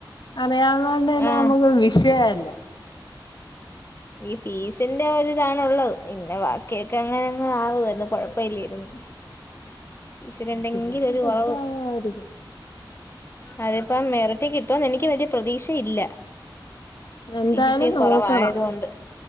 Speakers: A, on the left; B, on the left.
A: അറിയാവുന്ന കൊണ്ട് തന്നെ
B: ആഹ്
A: നമുക്ക് വിഷയല്ല
B: ഈ ഫീസിന്റെ ഒരിതാണുള്ളത് പിന്നെ ബാക്കിയൊക്കെ അങ്ങനെങ്ങെ ആവ എന്ന് കുഴപ്പ ഇല്ലരുന്നു ഫീസിന് എന്തെങ്കിലൊരു
A: കേസ് സെറ്റ്
B: കൊറവ്
A: ആവുമായിരിക്കും
B: അതിപ്പം മെറിറ്റി കിട്ടോന്ന് എനിക്ക് വല്ല്യ പ്രതീക്ഷയില്ല
A: എന്തായാലും
B: സി ജി പി
A: നോക്കണം
B: കൊറവായതു കൊണ്ട്